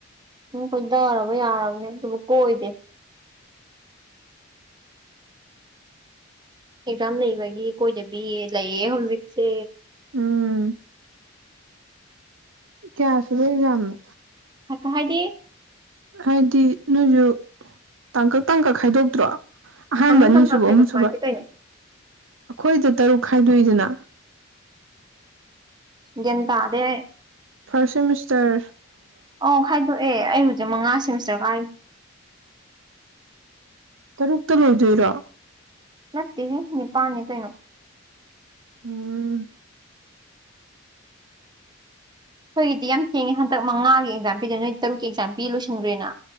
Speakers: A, on the right; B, on the right.
A: ꯎꯝ ꯈꯣꯏꯊꯔꯕ ꯌꯥꯔꯕꯅꯦ ꯑꯗꯨꯕꯨ ꯀꯣꯏꯗꯦ ꯑꯦꯛꯖꯥꯝ ꯂꯩꯕꯒꯤ ꯀꯣꯏꯗꯕꯤ ꯂꯩꯌꯦ ꯍꯧꯖꯤꯛꯁꯦ
B: ꯎꯝ ꯀꯌꯥꯁꯨ ꯂꯩ ꯌꯥꯝꯝꯃꯦ
A: ꯀꯥꯏꯗꯤ
B: ꯍꯥꯏꯗꯤ ꯅꯣꯏꯁꯨ ꯇꯥꯡꯀꯛ ꯇꯪꯀꯛ ꯈꯥꯏꯗꯣꯛꯇ꯭ꯔꯣ ꯑꯍꯥꯟꯕ
A: ꯇꯪꯈꯛ
B: ꯑꯅꯤꯁꯨꯕ
A: ꯇꯪꯈꯛ ꯈꯥꯏꯗꯣꯛꯄ
B: ꯑꯍꯨꯝ ꯁꯕ
A: ꯍꯥꯏꯗꯤ ꯀꯩꯅꯣ
B: ꯑꯩꯈꯣꯏꯗ ꯇꯔꯨꯛ ꯈꯥꯏꯗꯣꯏꯗꯅ
A: ꯦꯇ ꯑꯗꯦ
B: ꯐꯥꯔꯁ ꯁꯤꯦꯃꯤꯁꯇꯔ
A: ꯑ ꯈꯥꯏꯗꯣꯛꯑꯦ ꯑꯩ ꯍꯧꯖꯤꯛ ꯃꯉꯥ ꯁꯦꯃꯤꯁꯇꯔ ꯀꯥꯔꯤ
B: ꯀꯔꯨꯛꯇ ꯂꯩꯗꯣꯏꯔꯥ
A: ꯅꯠꯇꯦ ꯅꯤꯄꯥꯜꯅꯤ ꯀꯩꯅꯣ
B: ꯎꯝ
A: ꯑꯩꯈꯣꯏꯗꯤ ꯌꯥꯝ ꯊꯦꯡꯉꯦ ꯍꯟꯗꯛ ꯃꯉꯥꯒꯤ ꯑꯦꯛꯖꯥꯝ ꯄꯤꯗꯣꯏꯅꯤ ꯅꯣꯏ ꯇꯔꯨꯛꯀꯤ ꯑꯦꯛꯖꯥꯝ ꯄꯤ ꯂꯣꯏꯁꯤꯟꯈ꯭ꯔꯦꯅ